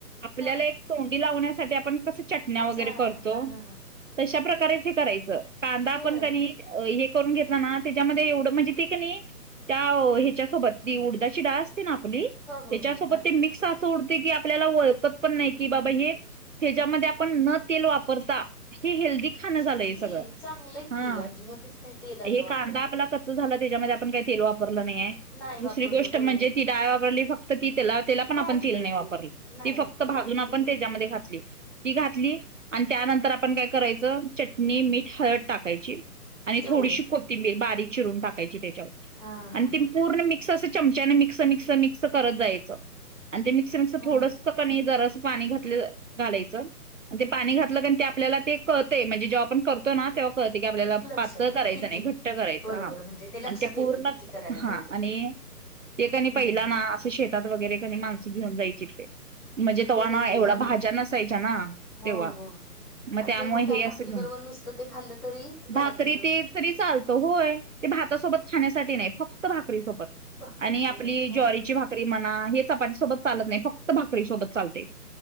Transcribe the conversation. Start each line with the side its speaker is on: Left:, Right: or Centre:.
Right: आपल्याला
Centre: हा.
Right: एक तोंडी लावण्यासाठी आपण कस वगैरे
Centre: अच्छा
Right: करतो
Centre: हा हा हा
Right: तशा प्रकारेच हे करायचं कांदा
Centre: होय
Right: पण कणी एक करून घेतला ना त्याच्यामध्ये एवढ म्हणजे ते कनी त्या ह्याच्या सोबत ती उडदाची डाळ असत्या ती आपली
Centre: हो हो
Right: त्याच्यासोबत
Centre: हो हा.
Right: ते मिक्स आस सोडते की आपल्याला ओळखत पण नाही की बाबा हे हेच्यामध्ये पण न तेल वापरता हे हेल्दी खाण
Centre: तेच
Right: झालं हे
Centre: की
Right: सगळं
Centre: चांगलं की
Right: हा
Centre: अजिबातच नाही तेलाचा
Right: हे
Centre: वापर
Right: कांदा
Centre: काय.
Right: आपला कच्चा झाला त्याच्यामध्ये आपण काही तेल वापरलं नाहीये
Centre: नाही
Right: दुसरी
Centre: वापरलं
Right: गोष्ट
Centre: बरोबर
Right: म्हणजे ती डाळ वापरली फक्त ती तेला तेला पण
Centre: भाजलेली
Right: आपण तेल नाही वापरली
Centre: आहे. नाही
Right: ती फक्त
Centre: वापरलं
Right: भाजून
Centre: अगदी
Right: आपण
Centre: बरोबर
Right: त्याच्यामध्ये घातली ती घातली आणि त्यानंतर आपण काय करायचं चटणी मीठ हळद टाकायची आणि
Centre: तेवढंच
Right: थोडीशी कोथिंबीर बारीक चिरून टाकायची त्याच्यावर
Centre: हा हा
Right: आणि त
Centre: हा
Right: पूर्ण
Centre: हा.
Right: मिक्स अस चमच्याने मिक्स मिक्स मिक्स करत जायच आणि ते मिश्रण
Centre: हा.
Right: थोडसं कणी जरा पाणी घातलं घालायचं ते पाणी घातलं कारण ते आपल्याला ते कळतय म्हणजे जेव्हा आपण करतो ना तेव्हा की आपल्याला
Centre: लक्षात
Right: पातळ
Centre: येतं
Right: करायचं
Centre: किती
Right: नाही घट्ट करायचं
Centre: बरोबर
Right: हा
Centre: म्हणजे लक्षात
Right: आणि ते पूर्ण
Centre: येतं किती करायला
Right: हा
Centre: पाहिजे
Right: आणि
Centre: ते
Right: ते कणी
Centre: हम्म.
Right: पहिला
Centre: हम्म.
Right: ना असं शेतात वगैरे कनी माणस घेऊन जायची ते म्हणजे तव्हा
Centre: बरे
Right: ना
Centre: की
Right: एवढा
Centre: हो
Right: भाज्या नसायच्या ना
Centre: हो
Right: तेव्हा
Centre: हो आणि
Right: त्यामुळे
Centre: ते मग
Right: हे
Centre: काय
Right: असं
Centre: भाकरी
Right: घेऊन
Centre: बरोबर नुसतं ते खाल्लं तरी झालं
Right: भाकरी ते तरी चालतं होय ते भातासोबत खाण्यासाठी नाही फक्त भाक भाकरी सोबत
Centre: भाकरी
Right: आणि
Centre: सोबत
Right: आपली
Centre: हो
Right: ज्वारीची
Centre: ना
Right: भाकरी मना हे चपाती सोबत चालत नाही फक्त फक्त भाकरी सोबत चालतंय